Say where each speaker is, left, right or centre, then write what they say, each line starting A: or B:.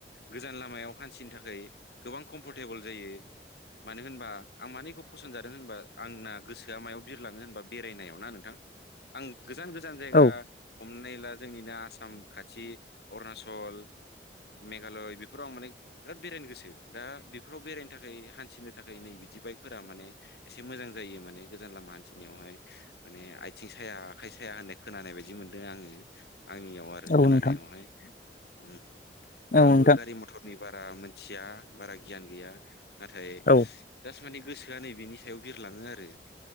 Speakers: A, on the left; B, on the left.
A: गोजान लामायाव हान्थिनो थाखोय गोबां कम्फर्टेबोल जायो। मानो होनबा आं मानो इखौ फसन्द जादों होनबा आंना गोसोआ मायाव बिरलाङो होनबा बेरायनायाव ना नोंथां। आं गोजान गोजान जायगा
B: औ
A: हमनाय ला जोंनिनो आसाम खाथि अरुणाचल। मेघालय बेफोराव आं माने बिराद बेरायनो गोसो दा बेफोराव बेरायनो थाखाय हान्थिनो थाखाय नै बिदि बाइकफोरा माने एसे मोजां जायो माने गोजान लामा हान्थिनायावहाय माने आयथिं साया आखाइ साया होननाय खोनानाय बायदि मोन्दों आङो। आंनियाव आरो
B: औ
A: खोनानायावहाय
B: नोंथां
A: उम
B: औ
A: आंबो
B: नोंथां
A: गारि मथरनि बारा मोन्थिया बारा गियान गैया नाथाय-
B: औ।
A: सु माने गोसोआ नै बिनि सायाव बिरलाङो आरो।